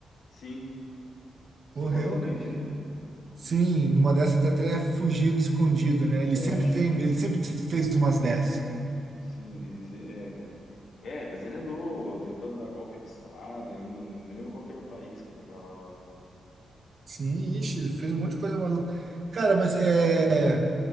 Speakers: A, on the left (about 85°); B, on the right (about 45°).
A: Sim, supostamente,
B: Morreu, né?
A: né?
B: Sim, numa dessa tá até fugido, escondido, né?
A: Eu
B: Ele sempre
A: acho,
B: tem, ele sempre fez umas dessas.
A: sim, de dizer, é, cara. É, mas ele andou tentando dar golpe de Estado aí, não, não me lembro qual que era o país que ele tava lá, cara.
B: Sim, ixi, ele fez um monte de coisa maluca. Cara, mas é,